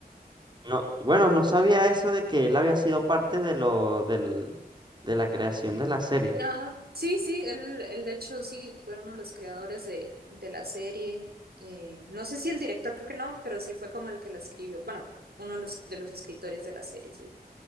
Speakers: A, on the right; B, on the right.
A: No, bueno, no sabía eso de que él había sido parte de lo, del, de la creación de la serie.
B: Ajá, sí, sí, él, él de hecho sí fue uno de los creadores de, de la serie, eh, no sé si el director, creo que no, pero sí fue como el que la escribió, bueno, uno de los, de los escritores de la serie, sí.